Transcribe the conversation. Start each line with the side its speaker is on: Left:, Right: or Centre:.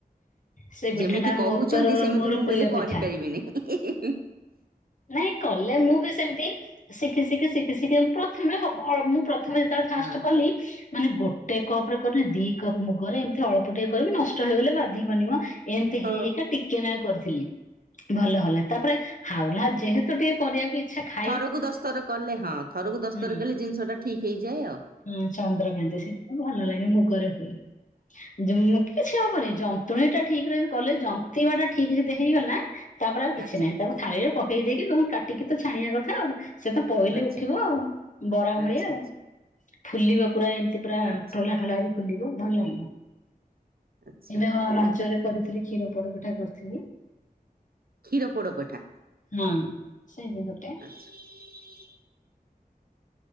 Left: ସେ ପିଠା
Right: ଯେମିତି
Left: ଟା
Right: କହୁଛନ୍ତି
Left: ମୋତର
Right: ସେମିତି
Left: ମୋର
Right: ମୁଁ ବୋଧେ
Left: ପ୍ରିୟ
Right: କରି
Left: ପିଠା।
Right: ପାରିବିନି ହିଁ ହିଁ ହିଁ ହିଁ।
Left: ନାଇଁ କଲେ ମୁଁ ବି ସେମିତି। ଶିଖି ଶିଖି ଶିଖି ଶିଖି ପ୍ରଥମେ ହବ ଅଳ ମୁଁ ପ୍ରଥମେ ଯେତେବେଳେ ଫାଷ୍ଟ
Right: ହଁ।
Left: କଲି। ମାନେ ଗୋଟେ କପ ରେ କଲେ ଦି କପ୍ ମୁଗରେ ଏମିତି ଅଳ୍ପ ଟିକେ କରିବି ନଷ୍ଟ ହେଇଗଲେ ବାଧି ବନିି ମ। ଏମିତି
Right: ହଁ।
Left: ହେଇ ହେଇକା ଟିକେ ନାକୁ କରିଥିଲି ଭଲ ହେଲା ତାପରେ ହାଉଲେ ହାଉଲେ ଯେହେତୁ ଟିକେ‌। କରିବାକୁ ଇଚ୍ଛା ଖା।
Right: ଥରକୁ ଦଶ ଥର କଲେ ହଁ ଥରକୁ ଦସ
Left: ହୁଁ
Right: ଥର କଲେ ଜିନିଷ ଟା ଠିକ୍ ହେଇ ଯାଏ ଆଉ।
Left: ହୁଁ ଚନ୍ଦ୍ର କାନ୍ତି ସେଟା ଭଲ ଲାଗେ ମୁଗରେ ହୁଏ ଯେ ମୁଁ କିଛି ହବନି ଯ ନ୍ତୁଣି ଟା ଠିକ୍ ରଖି କଲେ ଜନ୍ତିବା ଟା ଠିକ ଯଦି ହେଇଗଲା ତାପରେ ଆଉ କିଛି
Right: ଆଚ୍ଛା
Left: ନାହିଁ ତା। ଥାଳିରେ ପକେଇ ଦେଇକି ତମେ କା ଟି କି ତ ଛାଣିବା କଥା ଆଉ ସେ ତ ପଇଲେ
Right: ଆଚ୍ଛା
Left: ଉଠିବ ଆଉ ବରା
Right: ଆଚ୍ଛା ଆଚ୍ଛା
Left: ଭଳିଆ ଆଉ। ଫୁଲିବ ପୁରା ଏମିତି ପୁରା
Right: ଆଚ୍ଛା
Left: ଠୋଲା ଠୋଲା ହେଇିକି ଫୁଲିବ ଭଲ ଲାଗିବ।
Right: ଆଚ୍ଛା।
Left: ଏବେ ମୁଁ ରଜରେ କରିଥିଲି କ୍ଷୀର ପୋଡ ପିଠା କରିଥିଲି।
Right: କ୍ଷୀର ପୋଡ ପିଠା।
Left: ହଁ ସେ ବି ଗୋଟେ।
Right: ଆଛା